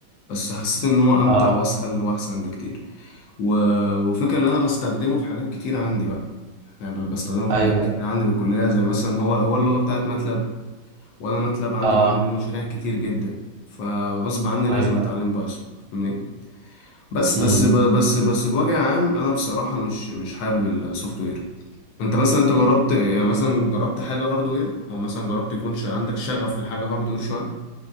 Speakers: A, on the left (about 75°); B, on the right (about 80°).
A: بس حسيت ان هو امتع
B: اه
A: واسهل واحسن بكتير و... والفكرة اللي انا بستخدمه في حاجات كتير عندي بقى انا ب- بستخدمه في
B: ايوه
A: حاجات كتير عندي بالكلية زي مثلا هو هو اللغة بتاعت ماتلاب وانا ماتلاب عندي
B: اه
A: بعمل بيه مشاريع كتير جدا فغصب عني لازم
B: ايوه
A: اتعلم بايثون فاهمني بس
B: امم
A: بس ب- بس بس بوجه عام انا بصراحه مش مش حابب السوفت وير انت مثلا انت جربت يعني مثلا جربت حاجه هاردوير او مثلا جربت يكون ش- عندك شغف لحاجه هاردوير شويه